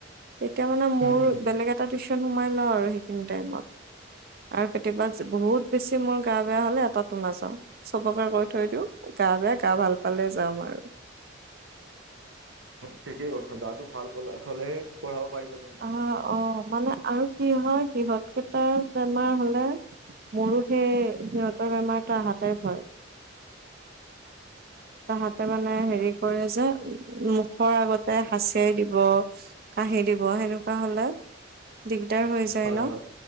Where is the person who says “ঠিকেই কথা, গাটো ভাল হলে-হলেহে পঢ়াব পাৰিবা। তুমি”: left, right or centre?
Right